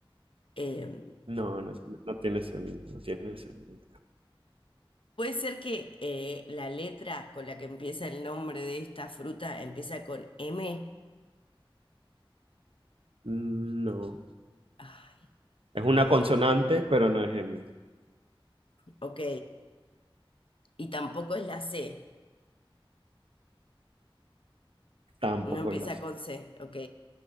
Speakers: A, on the left; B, on the right.
A: Eh,
B: No, no tiene, no tiene semilla, no tiene semilla.
A: puede ser que eh, la letra con la que empieza el nombre de esta fruta empieza con M.
B: Mm, No.
A: Ay,
B: Es una consonante, pero no es M.
A: ok. Y tampoco es la C.
B: Tampoco
A: No empieza
B: es la C.
A: con C. Ok.